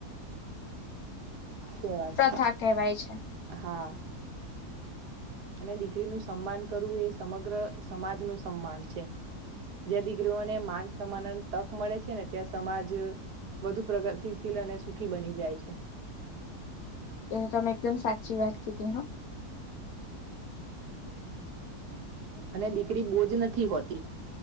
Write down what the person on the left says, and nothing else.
પ્રથા કહેવાય છે.
એ તમે એકદમ સાચી વાત કીધી હા